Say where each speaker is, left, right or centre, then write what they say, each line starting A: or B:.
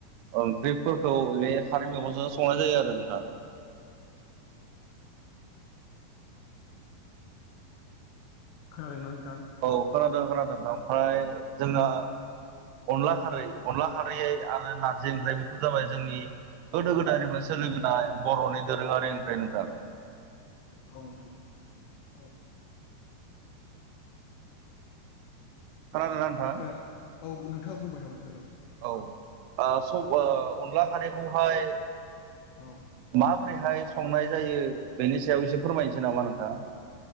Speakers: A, on the right; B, on the left.
A: ओंख्रिफोरखौ बे खारि मेगंजों संनाय जायो आरो नोंथां। <inaudible>
B: खोनादों ना नों
A: औ खोनादों खोनादों नोंथां आमफ्राय जोंहा अनला खारै अनला खारैै आरो नारजि ओंख्रि बेफोर जाबाय जोंनि गोदो गोदायनिफ्राय सोलिबोनाय बर'नि दोरोंङारि ओंफ्राय नोंथां।
B: औ नोंथां। औ
A: खोनादोंना नोंथां?
B: खोना औ नोंथांआ <unintelligible> <unintelligible>
A: ओ अनला खारिखौहाय
B: औ
A: माबोरैहाय संनाय जायो बेनि सायाव एसे फोरमायनोसै नामा नोंथां?